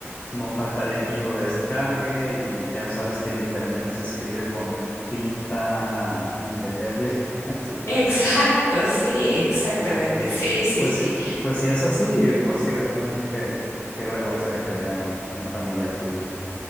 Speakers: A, on the left (about 20°); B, on the left (about 80°).
A: no faltaría quien lo descargue y ya sabes que el internet se escribe con tinta indeleble, <laughs> así que,
B: Exacto, sí, exactamente.
A: ajá,
B: Sí, sí,
A: pues
B: sí.
A: sí, pues sí es así, pues sí, ¿verdad? Qué, qué vergüenza que te vean un familiar tuyo.